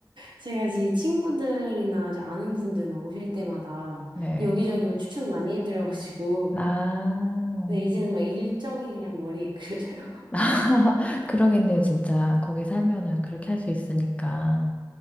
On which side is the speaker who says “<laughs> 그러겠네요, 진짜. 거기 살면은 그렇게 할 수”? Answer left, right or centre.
Left